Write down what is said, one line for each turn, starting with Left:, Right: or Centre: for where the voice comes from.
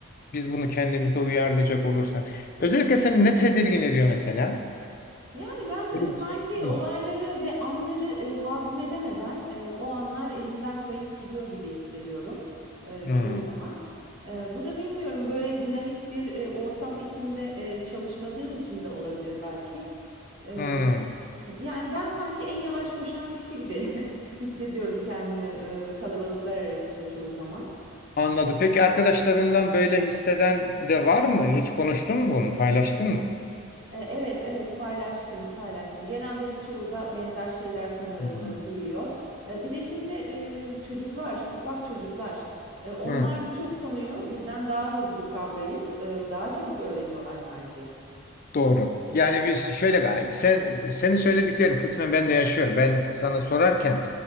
Left: biz bunu kendimize uyarlayacak olursak. Özellikle seni ne tedirgin ediyor mesela?
Right: Yani ben,
Left: Böyle
Right: eee, sanki
Left: bir şey. Hı.
Right: olayları ve anları, eee, hazmedemeden, eee, o anlar elimden kayıp gidiyor gibi hissediyorum, eee,
Left: Hı.
Right: çoğu zaman. Eee, bu da bilmiyorum, böyle dinamik bir, eee, ortam içinde, eee, çalışmadığım için de olabilir belki. Eee,
Left: Hı.
Right: yani ben sanki en yavaş koşan kişi gibi <laughs> hissediyorum kendimi, eee, kalabalıklar arasında çoğu zaman.
Left: Anladım. Peki arkadaşlarından böyle hisseden de var mı? Hiç konuştun mu bunu? Paylaştın mı?
Right: Eee, evet, evet paylaştım, paylaştım. Genelde birçoğu da benzer şeyler sanırım,
Left: Hı.
Right: eee, duyuyor. Eee, bir de şimdi, eee, çocuklar, ufak çocuklar, eee, onlar
Left: Hı.
Right: birçok konuyu bizden daha hızlı kavrayıp, eee, daha çabuk öğreniyorlar sanki.
Left: Doğru. Yani biz şöyle gal- sen senin söylediklerin kısmen ben de yaşıyorum. Ben sana sorarken